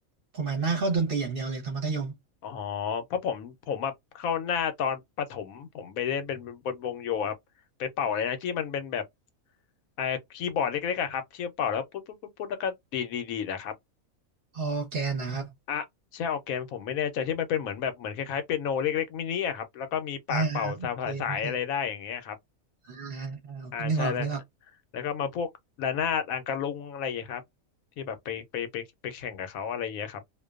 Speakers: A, on the right; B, on the left.
A: ผมหันหน้าเข้าดนตรีอย่างเดียวเลยตอนมัธยม
B: อ๋อเพราะผมผมอะเข้าหน้าตอนประถมผมไปเล่นเป็นบนวงโยครับไปเป่าอะไรนะที่มันเป็นแบบไอคีย์บอร์ดเล็กๆอะครับที่เป่าแล้วปุ๊ดปุ๊ดปุ๊ดปุ๊ดแล้วก็ดีดดีดดีดอะครับ
A: ออร์แกนนะครับ
B: อะใช่ออร์แกนผมไม่แน่ใจที่มันเป็นเหมือนแบบเหมือนคล้ายๆเปียโนเล็กๆมินิอะครับแล้วก็มีปากเป่าสายสายอะไรได้อย่างเงี้ยครับ
A: อ่าโอเคโอเคอ่าอ่านึกออกนึกออก
B: อ่าใช่แล้วแล้วก็มาพวกระนาดอังกะลุงอะไรอย่างเงี้ยครับที่แบบไปไปไปไปแข่งกับเขาอะไรอย่างเงี้ยครับ